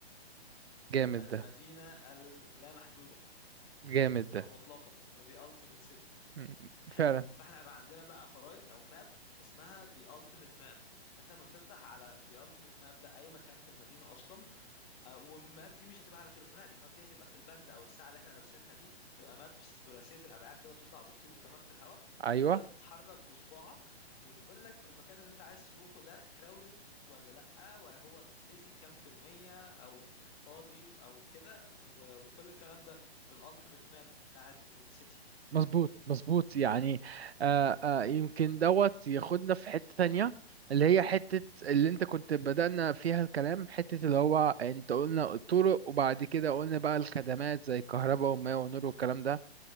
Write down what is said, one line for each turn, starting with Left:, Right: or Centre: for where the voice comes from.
Right: جامد
Left: المدينة
Right: ده
Left: اللامحدودة
Right: جامد ده
Left: المطلقة The Ultimate City
Right: م-
Left: حلو
Right: فعلا
Left: فاحنا هيبقى عندنا بقى خرائط او ماب اسمها The Ultimate Map انت لما بتفتح على The Ultimate Map ده اي مكان في المدينه اصلا آه، والماب دي مش هتبقى على تليفونات الماب دي هتبقى في البند او الساعه اللي احنا لابسينها دي تبقى ماب ثلاثيه الابعاد كده بتطلع بتطير قدامك في الهواء
Right: ايوه
Left: تقدر تتحرك بصباعك وتقول لك المكان اللي انت عايز تروحه ده crowded ولا لأ وهو بيزي كام في المية أو فاضي أو كده و- وكل الكلام ده بالألتيميت ماب بتاعت السيتي
Right: مظبوط مظبوط يعني آه آه يمكن دوت ياخدنا في حتة تانية اللي هي حتة اللي انت كنت بدأنا فيها الكلام حتة اللي هو انت قلنا الطرق وبعد كده قلنا بقى الخدمات زي الكهرباء والماء والنور والكلام ده